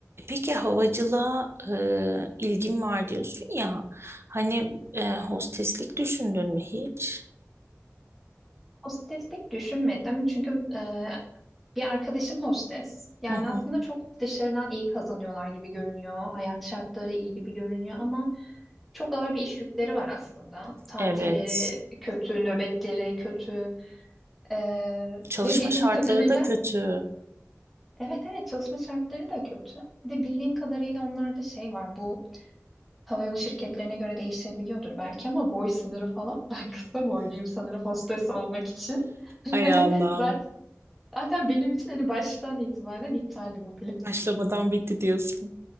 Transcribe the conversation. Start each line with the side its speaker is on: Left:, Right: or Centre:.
Right: Peki havacılığa e, ilgin var diyorsun ya. Hani e, hosteslik düşündün mü hiç?
Centre: O streslik düşünmedim çünkü e, Bir arkadaşım hostes. Yani
Right: Hı hı.
Centre: aslında çok dışarıdan iyi kazanıyorlar gibi görünüyor. Hayat şartları iyi gibi görünüyor ama çok ağır bir iş yükleri var aslında. Tatilleri
Right: Evet,
Centre: kötü, nöbetleri kötü. Ee,
Right: Çalışma
Centre: ve bildiğim
Right: şartları
Centre: <laughs> kadarıyla
Right: da kötü.
Centre: evet evet çalışma şartları da kötü. Bir de bildiğim kadarıyla onlarda şey var. Bu havayolu şirketlerine göre değişebiliyordur belki ama boy sınırı falan. <laughs> Ben kısa boyluyum sanırım hostes olmak için. <laughs>
Right: Ay Allah'ım.
Centre: Zaten, zaten benim için hani baştan itibaren iptaldi bu plan.
Right: Başlamadan bitti diyorsun.